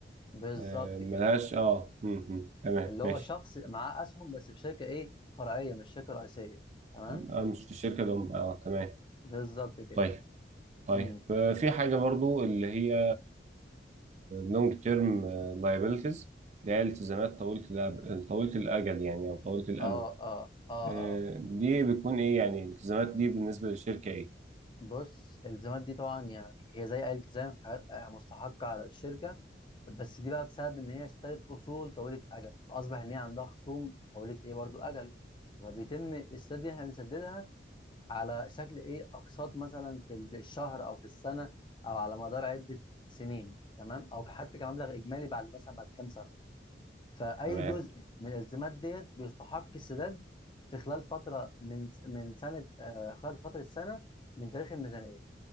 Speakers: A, on the left; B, on the right.
A: بالظبط
B: آه، ملهاش
A: كده
B: اه م- م. تمام
A: اللي
B: ماشي
A: هو شخص معاه اسهم بس في شركه ايه فرعيه مش شركه رئيسيه تمام
B: آه، مش في الشركه الام اه تمام
A: بالظبط كده
B: طيب طيب
A: امم
B: آه، في حاجه برضو اللي هي لونج تيرم لايبيلتيز اللي هي التزامات طويله الأب- طويله الاجل يعني او طويله الامد
A: اه اه اه
B: آه،
A: اه
B: دي بتكون ايه يعني الالتزامات دي بالنسبه للشركه ايه
A: بص الالتزامات دي طبعا يعني هي زي اي التزام في حاجات آه، مستحقه على الشركه بس دي بقى بسبب ان هي اشترت اصول طويله اجل اصبح ان هي عندها خصوم طويله ايه برضو اجل فبيتم السداد دي احنا بنسددها على شكل ايه اقساط مثلا في الشهر او في السنه او على مدار عده سنين تمام او حتى كمبلغ اجمالي بعد مثلا بعد كام سنه فاي
B: تمام
A: جزء من الالتزامات ديت بيستحق السداد في خلال فتره من من سنه آه خلال فتره السنه من تاريخ الميزانيه